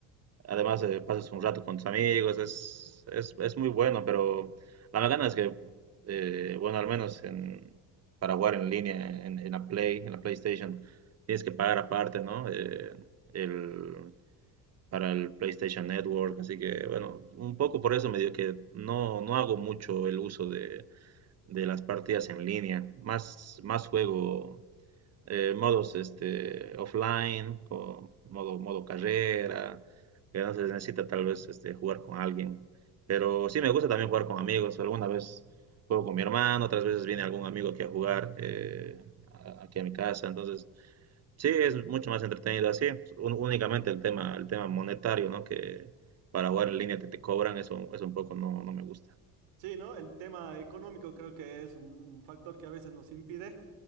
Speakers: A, on the right (about 30°); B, on the right (about 65°).
A: además, eh, pasas un rato con tus amigos, es, es, es muy bueno, pero la verdad es que, eh, bueno, al menos en, para jugar en línea, en, en la Play, en la PlayStation, tienes que pagar aparte, ¿no? Eh, el, para el PlayStation Network, así que, bueno, un poco por eso me dio que no, no hago mucho el uso de, de las partidas en línea. Más, más juego eh, modos este, offline, o modo, modo carrera, que no se necesita tal vez este, jugar con alguien. Pero sí me gusta también jugar con amigos. Alguna vez juego con mi hermano, otras veces viene algún amigo aquí a jugar eh, a- aquí a mi casa. Entonces, sí, es mucho más entretenido así. Un- únicamente el tema, el tema monetario, ¿no? Que para jugar en línea te, te cobran, eso, eso un poco no, no me gusta.
B: Sí, ¿no? El tema económico creo que es un, un factor que a veces nos impide.